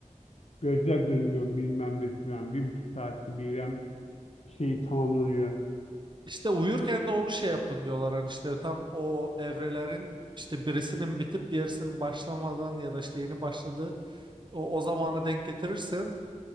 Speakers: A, on the left; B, on the right.
A: Gözler dönüyor bilmem ne falan. Bir buçuk saatte bir şeyi tamamlanıyor.
B: İşte uyurken de onu şey yapın diyorlar hani işte tam o evrelerin işte birisinin bitip diğerisinin başlamadan ya da işte yeni başladığı o, o zamana denk getirirsen